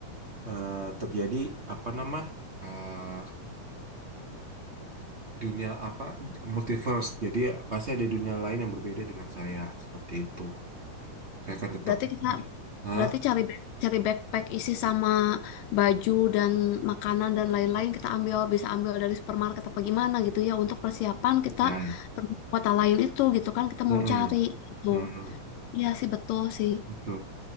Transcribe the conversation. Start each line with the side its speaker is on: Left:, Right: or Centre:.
Right: eh, terjadi apa nama eh, dunia apa multiverse. Jadi pasti ada dunia lain yang berbeda dengan saya seperti itu. Saya akan tetap,
Left: Berarti kita
Right: nah
Left: berarti cari back- cari backpack isi sama baju dan makanan dan lain-lain kita ambil bisa ambil dari supermarket apa gimana gitu ya untuk persiapan kita
Right: Ya,
Left: pergi ke kota lain itu gitu kan kita
Right: Mm-mm.
Left: mau cari gitu.
Right: Hmm,
Left: Iya sih betul sih.
Right: itu.